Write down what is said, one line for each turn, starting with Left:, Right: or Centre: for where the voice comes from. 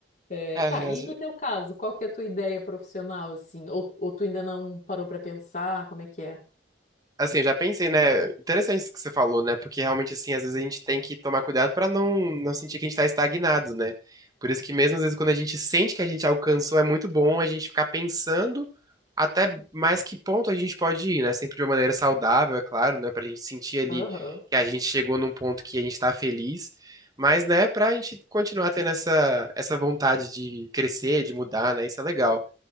Left: É,
Right: É,
Left: tá, e
Right: a
Left: no teu caso, qual que é a tua ideia profissional, assim? Ou, ou tu ainda não parou pra pensar como é que é?
Right: Assim, eu já pensei, né? Interessante isso que você falou, né? Porque realmente, assim, às vezes a gente tem que tomar cuidado pra não, não sentir que a gente tá estagnado, né? Por isso que mesmo às vezes quando a gente sente que a gente alcançou, é muito bom a gente ficar pensando até mais que ponto a gente pode ir, né? Sempre de uma maneira saudável, é claro, né? Pra gente sentir ali
Left: Aham.
Right: que a gente chegou num ponto que a gente tá feliz, mas, né, pra gente continuar tendo essa, essa vontade de crescer, de mudar, né? Isso é legal.